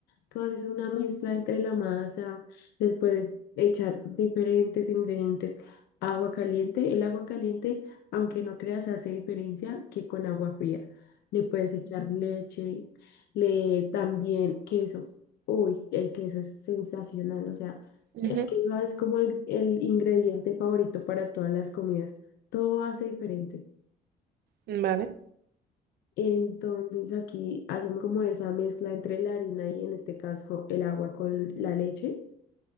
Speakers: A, on the left; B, on the right.
A: Tú haces una mezcla entre la masa, después echar diferentes ingredientes, agua caliente. El agua caliente, aunque no creas, hace diferencia que con agua fría. Le puedes echar leche, le también queso. Uy, el queso es sensacional, o sea.
B: Ujú,
A: El
B: ujú.
A: quinoa es como el, el ingrediente favorito para todas las comidas. Todo hace diferente.
B: Vale.
A: Entonces aquí hacemos como esa mezcla entre la harina y en este caso el agua con la leche.